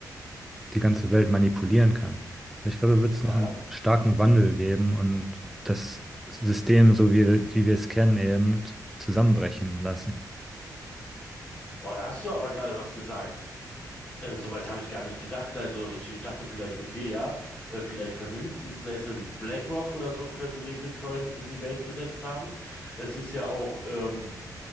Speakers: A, in the centre; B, on the left.
A: die ganze Welt manipulieren kann. Ich glaube, da wird es
B: Ja,
A: noch einen starken Wandel geben und das System, so wie, wie wir es kennen, eben zusammenbrechen lassen.
B: boah, da hast du aber gerade was gesagt. Äh, soweit habe ich gar nicht gedacht. Also ich, ich dachte vielleicht, okay, ja, äh, vielleicht Vermögensdienstleister wie BlackRock oder so könnte den Bitcoin in die Welt gesetzt haben. Es ist ja auch ähm,